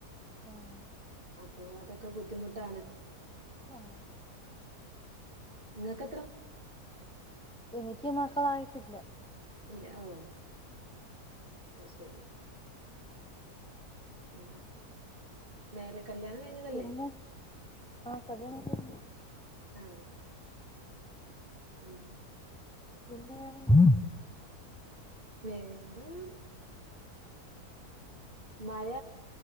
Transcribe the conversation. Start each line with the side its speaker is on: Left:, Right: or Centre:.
Centre: ഉം
Right: അപ്പൊ അതൊക്കെ ഒക്കെ ബുദ്ധിമുട്ടാണ്
Centre: ആ
Right: നിങ്ങക്ക്
Centre: എനിക്ക് മക്കളായിട്ടില്ല
Right: ഇല്ല ഓ അ ശരി ഉം വേറെ കല്യാണം കഴിഞ്ഞതല്ലേ
Centre: പിന്നെ ആ കല്യാണം കഴിഞ്ഞു
Right: ആഹ് ഉം
Centre: പിന്നെ വേറെന്താ
Right: വേറെ മഴ